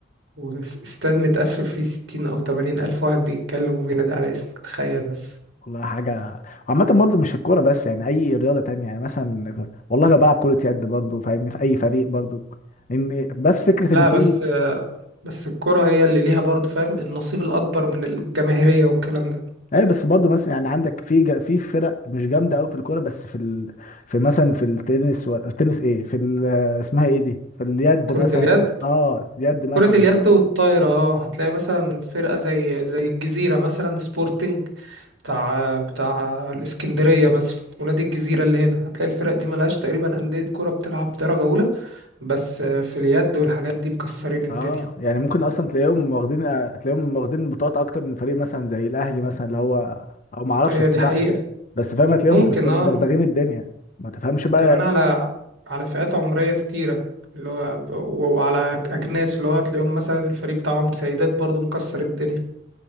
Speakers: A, on the right; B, on the left.
A: واستاد متقفل فيه ستين او تمانين الف واحد بيتكلم وبينادي على اسمك تخيل بس
B: والله حاجة عامة برضو مش الكورة بس يعني أي رياضة تانية يعني مثلا والله لو بلعب كرة يد برضو فاهمني في أي فريق برضو إن بس فكرة
A: لا
B: إن في
A: بس بس الكرة هي اللي ليها برضه فاهم النصيب الأكبر من الجماهيرية والكلام ده
B: أي بس برضو مثلا يعني عندك في جا- في فرق مش جامدة أوي في الكورة بس في ال... في مثلا في التنس و... التنس إيه في ال... اسمها إيه دي في اليد
A: كرة
B: مثلا
A: اليد
B: أه اليد مثلا
A: كرة اليد والطايرة اه هتلاقي مثلا فرقة زي زي الجزيرة مثلا سبورتنج بتاع بتاع الإسكندرية مثلا ونادي الجزيرة اللي هنا هتلاقي الفرق دي ملهاش تقريبا أندية كرة بتلعب درجة أولى بس آه، في اليد والحاجات دي مكسرين الدنيا
B: اه يعني ممكن اصلا تلاقيهم واخدين تلاقيهم واخدين بطولات اكتر من فريق مثلا زي الاهلي مثلا اللي هو او ما اعرفش
A: هي
B: الصراحه
A: دي حقيقة
B: بس فاهم هتلاقيهم
A: ممكن
B: مكسبين
A: اه
B: مدغدغين الدنيا ما تفهمش بقى
A: وكمان على على فئات عمرية كتيرة اللي هو ب- وعلى أجناس اللي هو تلاقيهم مثلا الفريق بتاعهم سيدات برضو مكسر الدنيا